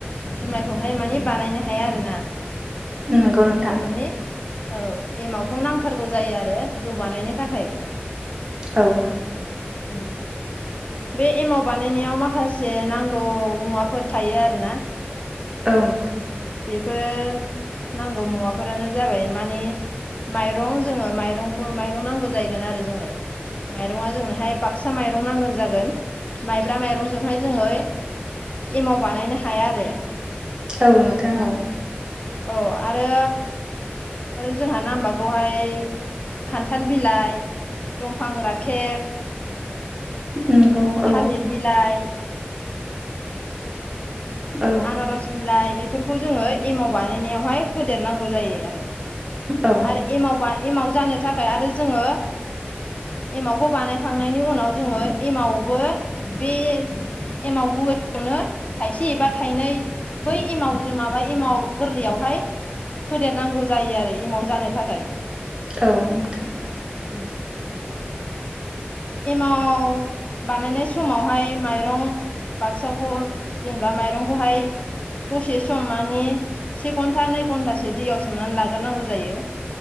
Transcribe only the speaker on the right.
नंगौ
नोंथां
औ
ओं
औ नोंथां औ
नंगौ औ
औ
औ
औ नोंथां